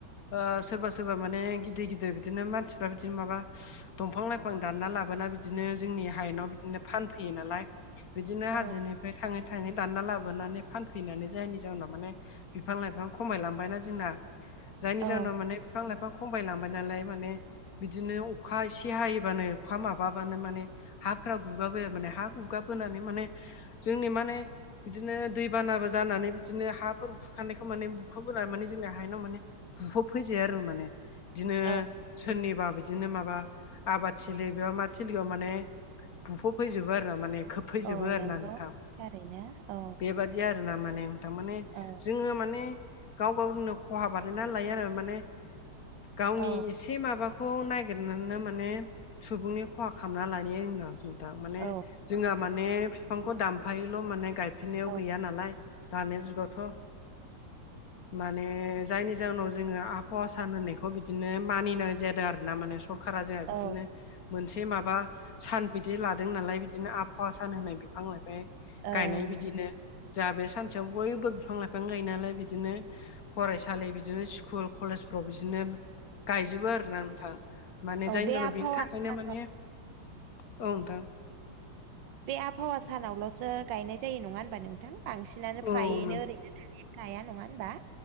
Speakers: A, on the left (about 55°); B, on the right (about 65°).
A: ओ सोरबा सोरबा माने गिदिर गिदिर बिदिनो मानसिफ्रा बिदिनो माबा दंफां लाइफां दानना लाबोना बिदिनो जोंनि हायेनाव बिदिनो फानफैयो नालाय बिदिनो
B: औ
A: हाजोनिफ्राय थाङै थाङै दानना लाबोनानै फानफैनानै जायनि जोंनाव माने बिफां लाइफां खमायलांबायनाा जोंना जायनि
B: औ
A: जाहनाव मान बिफां लाइ बिफां खमाय लांबाय नालाय माने बिदिनो अखा एसे हायोबानो अखा माबाबानो माने हाफोरा गुगाबोाय माने हा गुगाबोनानै माने जोंनि माने बिदिनो दैबानाबो जानानै बिदिनो हाफोर हुखानायखौ माने बुखाबबोनानै माने जोंनि हायेनाव माने बुहब फैजायो आरो माने बिदिनो
B: औ
A: सोरनिबा बिदिनो माबा आबादथिलि बे मा थिलियाव माने बुफबफैजोबो आरो ना माने खोबफैजोबो
B: औ
A: आरो
B: नंगौ
A: ना नोंथां
B: थारैनो औ
A: बेबादि बिदि आर ना माने थारमाने
B: औ
A: जोङो माने गाव गावनो खहा बानायना लायो आरो माने गावनि
B: औ
A: एसे माबाखौ खौ ननायागिरनानैनो माने सुबुंनि खहा खालामना लानाय <unintelligible> थ माने
B: औ
A: जोंहा माने बिफांखौ दामफायोल' माने गायफेरनायाव
B: औ
A: गैया नालाय दानि जुगावथ'
B: <inaudible>
A: माने जायनि जाहोनाव जोङो आबहाव सान होननायखौ बिदिनो मानिनाय जादों आर ना माने स खारा जोंहा
B: ओं
A: बिदिनो मोनसे माबा सान बिदि लादों नालाय बिदिनो आबहावा सान होनाय बिफां लाइफां
B: ओं
A: गायनाय बिदिनो जोंहा बे सानसेयाव बयबो बिफां लाइफां गायो नालाय बिदिनो फरायसालि बिदिनो स्कुल कलेजफ्राव बिदिनो गायजोबो आरोना नोंथां माने
B: औ
A: जायनि
B: बे
A: जनाव
B: आबहावा
A: बेनि थाखायनो
B: सानाव
A: माने औ नोंथां।
B: बे आबहावा सानावल'सो गायनाय जायो नङा होनबा नोंथां बांसिनानो
A: औ
B: फ्रायैनो ओरैनो गाया नङा होनबा।